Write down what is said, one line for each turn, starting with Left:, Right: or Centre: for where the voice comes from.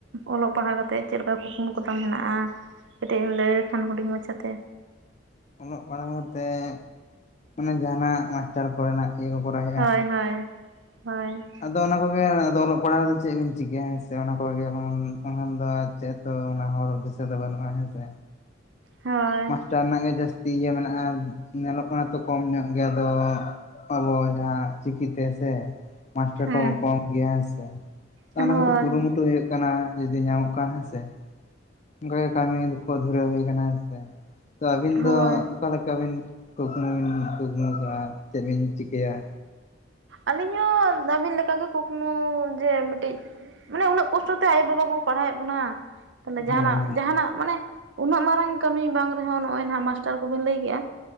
Right: ᱚᱞᱚᱜ ᱯᱟᱲᱦᱟᱣ ᱠᱟᱛᱮᱫ ᱪᱮᱫ ᱞᱮᱠᱟ ᱠᱩᱠᱢᱩ ᱠᱚᱛᱟᱢ ᱢᱮᱱᱟᱜ-ᱟ, ᱠᱟᱹᱴᱤᱡ ᱮᱢ ᱞᱟᱹᱭ ᱞᱮᱠᱷᱟᱱ ᱦᱩᱰᱤᱧ ᱢᱟᱪᱷᱟᱛᱮ?
Left: ᱚᱞᱚᱜ ᱯᱟᱲᱦᱟᱣ ᱠᱟᱛᱮ ᱢᱟᱱᱮ ᱡᱟᱦᱟᱸᱱᱟᱜ ᱢᱟᱥᱴᱟᱨ ᱠᱚᱨᱮᱱᱟᱜ ᱤᱭᱟᱹ ᱠᱚ ᱠᱚᱨᱟᱣ
Right: ᱦᱳᱭ ᱦᱳᱭ ᱦᱳᱭ᱾
Left: ᱟᱫᱚ ᱚᱱᱟ ᱠᱚᱜᱮ ᱟᱫᱚ ᱚᱞᱚᱜ ᱯᱟᱲᱦᱟᱣ ᱪᱮᱫ ᱵᱤᱱ ᱪᱤᱠᱟᱹᱭᱟ ᱦᱮᱸ ᱥᱮ ᱚᱱᱟ ᱠᱚᱜᱮ ᱵᱟᱠᱷᱟᱱ ᱵᱟᱝᱠᱷᱟᱱ ᱫᱚ ᱪᱮᱫ ᱛᱚ ᱚᱱᱟ ᱦᱚᱨ ᱫᱤᱥᱟᱹ ᱫᱚ ᱵᱟᱹᱱᱩᱜ-ᱟ ᱦᱮᱸ ᱥᱮ᱾
Right: ᱦᱳᱭ
Left: ᱴᱟᱨ ᱨᱮᱱᱟᱜ ᱜᱮ ᱡᱟᱹᱥᱛᱤ ᱤᱭᱟᱹ ᱢᱮᱱᱟᱜ-ᱟ ᱧᱮᱞᱚᱜ ᱠᱟᱱᱟ ᱛᱚ ᱠᱚᱢ ᱧᱚᱜ ᱜᱮᱭᱟ ᱟᱫᱚ ᱟᱵᱚ ᱡᱟᱦᱟᱸ ᱪᱤᱠᱤᱛᱮ ᱥᱮ ᱢᱟᱥᱴᱟᱨ
Right: ᱦᱮᱸ
Left: ᱠᱚᱠᱚ ᱠᱚᱢ ᱜᱮᱭᱟ ᱦᱮᱸ ᱥᱮ
Right: ᱦᱳᱭ
Left: ᱚᱱᱟ ᱠᱷᱟᱹᱛᱤᱨ ᱠᱩᱨᱩᱢᱩ ᱴᱩ ᱦᱩᱭᱩᱜ ᱠᱟᱱᱟ ᱡᱩᱫᱤ ᱧᱟᱢᱚᱜ ᱠᱟᱱ ᱦᱮᱸ ᱥᱮ ᱚᱱᱠᱟ ᱜᱮ ᱠᱟᱹᱢᱤ ᱫᱚᱠᱚ ᱫᱷᱩᱨᱟᱹᱣ ᱦᱩᱭ ᱠᱟᱱᱟ᱾ ᱛᱚ ᱟᱹᱵᱤᱱ
Right: ᱦᱳᱭ
Left: ᱫᱚ? ᱚᱠᱟᱞᱮᱠᱟᱵᱤᱱ ᱠᱩᱠᱢᱩ ᱵᱤᱱ ᱠᱩᱠᱢᱩ ᱠᱟᱜ-ᱟ ᱪᱮᱫ ᱵᱤᱱ ᱪᱤᱠᱟᱹᱭᱟ?
Right: ᱟᱹᱞᱤᱧ ᱦᱚᱸ ᱟᱵᱤᱱ ᱞᱮᱠᱟ ᱠᱩᱠᱢᱩ ᱡᱮ ᱢᱤᱫᱴᱤᱡ ᱢᱟᱱᱮ ᱩᱱᱟᱹᱜ ᱠᱚᱥᱴᱚ ᱛᱮ ᱟᱭᱳ ᱵᱟᱵᱟ ᱠᱚ ᱯᱟᱲᱦᱟᱣᱮᱫ ᱵᱚᱱᱟ ᱛᱟᱦᱚᱞᱮ
Left: ᱦᱮᱸ
Right: ᱡᱟᱦᱱᱟᱜ
Left: ᱦᱮᱸ
Right: ᱡᱟᱦᱟᱱᱟᱜ ᱢᱟᱱᱮ ᱩᱱᱟᱹᱜ ᱢᱟᱨᱟᱝ ᱠᱟᱹᱢᱤ ᱵᱟᱝ ᱨᱮᱦᱚᱸ ᱱᱚᱜ-ᱚᱭ ᱱᱟᱜ ᱢᱟᱥᱴᱟᱨ ᱠᱚᱵᱤᱱ ᱞᱟᱹᱭ ᱠᱮᱫ-ᱟ᱾